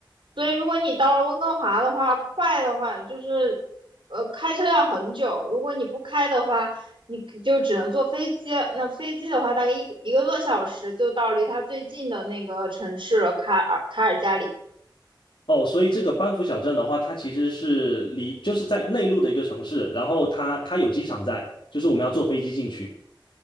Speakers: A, on the right; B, on the left.
A: 所以如果你到了温哥华的话，快的话就是，呃，开车要很久。如果你不开的话，你就只能坐飞机。那飞机的话，大概一一个多小时就到离它最近的那个城市了，卡尔卡尔加里。
B: 哦，所以这个班夫小镇的话，它其实是离就是在内陆的一个城市，然后它它有机场在，就是我们要坐飞机进去，